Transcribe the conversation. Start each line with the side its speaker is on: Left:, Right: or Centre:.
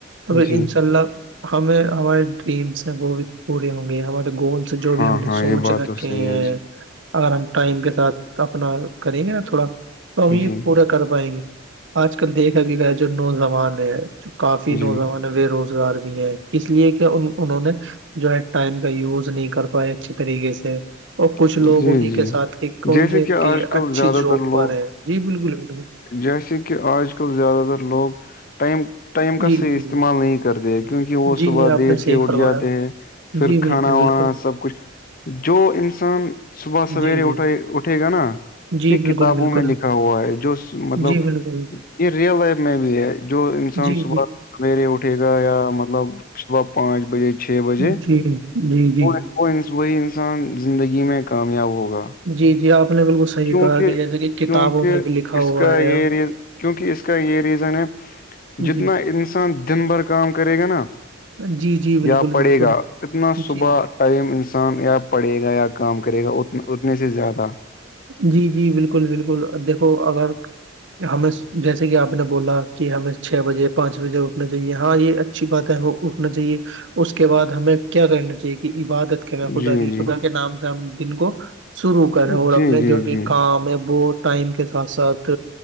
Right: تو پھر
Left: جی
Right: انشاء اللہ ہمیں ہمارے ڈریمس ہیں وہ بھی پوری ہوں گی ہمارے گولس جو بھی
Left: ہاں
Right: ہم نے
Left: ہاں
Right: سوچ
Left: یہ بات
Right: را
Left: تو
Right: کہ
Left: صحیح ہے جی
Right: اگر ہم ٹائم کے ساتھ اپنا کریں گے نا تھوڑا تو ہم یہ
Left: جی
Right: پورا کر پائیں گے آج کل دیکھا بھی گا جو نوجوان ہے جو کافی نوجوان
Left: جی
Right: بے روزگار بھی ہے اس لیے کیا انہوں نے جو ہے ٹائم کا یوز نہیں کر پاائے اچھی طریقے سے اور کچھ
Left: جی
Right: لوگ انہیں
Left: جی
Right: کے ساتھ ایک کون
Left: جیسے
Right: سے کہ
Left: آج کل
Right: اچھی
Left: زیادہ
Right: جاب
Left: تر لوگ
Right: پر ہیں جی بالکل بالکل
Left: جیسے کہ آج کل زیادہ تر لوگ ٹائم ٹائم کا
Right: جی
Left: صحیح استعمال
Right: جی
Left: نہیں کرتے ہیں کیونکہ وہ
Right: جی
Left: صبح
Right: جی آپ
Left: دیر
Right: نے صحیح
Left: سے اٹھ
Right: فرمایا
Left: جاتے ہیں پھر
Right: جی بالکل
Left: کھانا وانا
Right: بالکل
Left: سب کچھ جو انس شان صبح سویرے
Right: جی جی
Left: اٹھے اٹھے گا نا
Right: جی
Left: ایک کتابوں
Right: بالکل بالکل
Left: میں لکھا ہوا ہے جو مطلب
Right: جی بالکل
Left: یہ ریئل لائف میں بھی ہے جو انسان
Right: جی
Left: صبح
Right: جی
Left: سویرے اٹھے گا یا مطلب صبح پانچ بجے چھ بجے
Right: جی جی جی
Left: وہ وہی انسان زندگی میں کامیاب ہوگا
Right: جی جی آپ نے بالکل صحیح
Left: کیونکہ
Right: کہا کہ جیسے کہ کتابوں
Left: کیونکہ
Right: میں بھی لکھا ہوا
Left: اس کا
Right: ہے
Left: یہ ریز کیونکہ اس کا یہ ریزن ہے جتنا
Right: جی
Left: انسان دن بھر کام کرے گا نا
Right: جی جی بالکل
Left: یا پڑے
Right: بالکل
Left: گا اتنا صبح
Right: جی
Left: قم انسان یا پڑھے گا یا کام کرے گا ا اتنے سے زیادہ
Right: جی جی بالکل بالکل دیکھو اگر ہمیں جیسے کہ آپ نے بولا کہ ہمیں چھ بجے پانچ بجے اٹھنا چاہیے ہاں یہ اچھی بات ہے ہمیں اٹھنا چاہیے اس کے بعد ہمیں کیا کرنا چاہیے عبادت خدا
Left: جی
Right: کی
Left: جی
Right: خدا کے نام سے ہم دن کو شروع کریں
Left: جی
Right: اور
Left: جی جی
Right: ہمیں وہ ٹائم کے ساتھ ساتھ